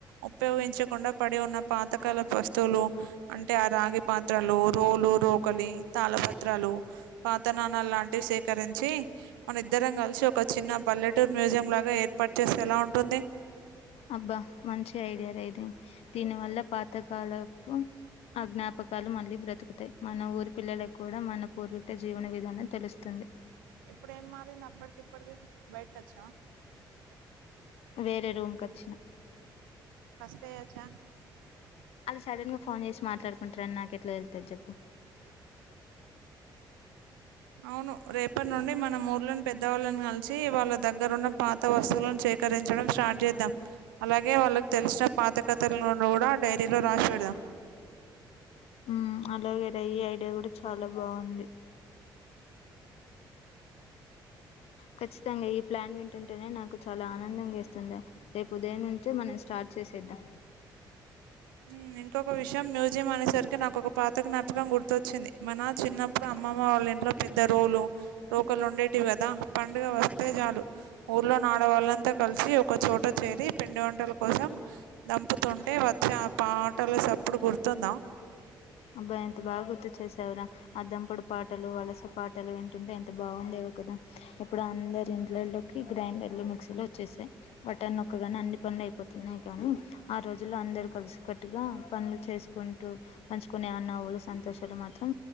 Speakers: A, on the right; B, on the left.
A: ఉపయోగించకుండా పడి ఉన్న పాత పాతకాలపు వస్తువులు అంటే ఆ రాగి పాత్రలు రోలు రోకలి తాళ పత్రాలు పాత నాణాలు లాంటివి సేకరించి మన ఇద్దరం కల్సి ఒక చిన్న పల్లెటూరు మ్యూజియం లాగా ఏర్పాటు చేస్తే ఎలా ఉంటుంది
B: అబ్బా మంచి ఐడియా ర ఇది దీని వల్ల పాతకాలపు ఆ జ్ఞాపకాలు మళ్ళీ బ్రతుకుతాయి, మన ఊరి పిల్లలకు కూడా మన పూర్వీక జీవన విధానం తెలుస్తుంది.
A: ఇప్పుడేం మారింది అప్పట్కిప్పట్కి బయటకచ్నావ
B: వేరే రూమ్ కచ్చిన
A: సయాచా
B: అది సడన్ గా ఫోన్ చేసి మాట్లాడుకుంటరని నాకెట్ల తెలుస్తది జెప్పు
A: అవును రేపడి నుండి మనం ఊర్లోని పెద్దవాళ్ళని గల్షి వాళ్ళ దగ్గర ఉన్న పాత వస్తువులను సేకరి ఇంచడం స్టార్ట్ చేద్దాం అలాగే వాళ్ళకి తెల్షిన పాత కథలోను గుడ డైరీలో రాసి పెడదాం <inaudible>
B: మ్మ్ అలాగేర ఈ ఐడియా గుడ చాలా బావుంది ఖచ్చితంగా ఈ ప్లాన్ వింటుంటేనే నాకు చాలా ఆనందంగా ఏస్తుంద రేపు ఉదయం నుంచే మనం స్టార్ట్ చేసేద్దాం
A: మ్మ్ ఇంకొక విషయం మ్యూజియం అనేసరికే నాకొక పాత జ్ఞాపకం గుర్తొచ్చింది మనా చిన్నప్పుడు అమ్ అమ్మమ్మ వాళ్ళింట్లో పెద్ద రోలు రోకలు ఉండేటివి గదా పండుగ వస్తే జాలు ఊర్లో ఆడవాళ్లంతా కలిసి ఒక చోట చేరి పిండి వంటల కోసం దంపుతుంటే వచ్చే పాటల సప్పుడు గుర్తుందా
B: అబ్బా ఎంత బా గుర్తు చేసావురా ఆ దంపుడు పాటలు అలస పాటలు వింటుంటే ఎంత బాగుండే కదా ఇప్పుడు అందరి ఇండ్లలోకి గ్రైండర్ లు మిక్సీ లు వచ్చేసాయి బటన్ నొక్కగానే అన్ని అయిపోతున్నాయి గానీ ఆ రోజుల్లో అందరు కలిసికట్టుగా పనులు చేసుకుంటూ పంచుకునే ఆ నవ్వులు సంతోషాలు మాత్రం